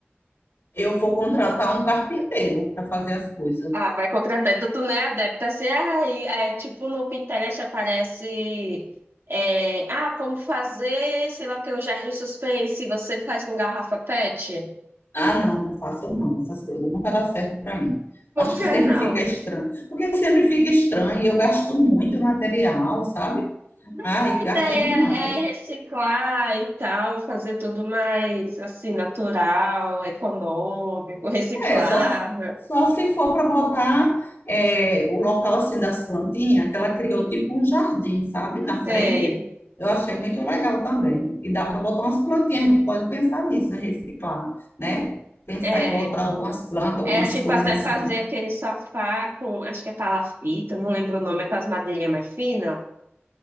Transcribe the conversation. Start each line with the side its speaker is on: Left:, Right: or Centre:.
Left: Eu vou contratar um carpinteiro para fazer as coisas.
Right: Ah, vai contratar. Então, tu não é adepto, assim, ah, e, é, tipo, no Pinterest aparece, é, ah, como fazer, sei lá o que, o jardim suspense, você faz com garrafa PET?
Left: Ah, não, não faço não, essas coisas não vai dar certo para mim.
Right: Por
Left: Acho que
Right: que
Left: sempre
Right: não?
Left: fica estranho, porque sempre fica estranho e eu gasto muito material, sabe?
Right: Mas
Left: Ai,
Right: a
Left: gasta
Right: ideia
Left: demais.
Right: é reciclar e tal, fazer tudo mais assim, natural, econômico, reciclável.
Left: É, só, só se for para botar é, o local assim das plantinhas, que ela criou tipo um jardim, sabe? Na
Right: Sei.
Left: frente. Eu achei muito legal também. E dá para botar umas plantinhas, a gente pode pensar nisso, né? Reciclar, né? Pensar
Right: É,
Left: em botar algumas plantas, algumas
Right: é tipo
Left: coisas
Right: até fazer
Left: assim.
Right: aquele sofá com, acho que é palafita, não lembro o nome, é com as madeirinhas mais finas.